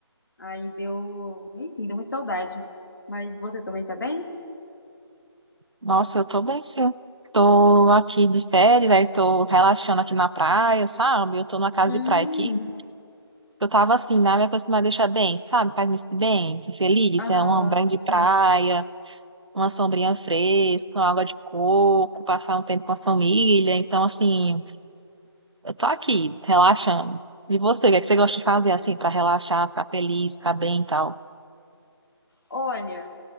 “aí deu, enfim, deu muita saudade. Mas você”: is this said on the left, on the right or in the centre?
Left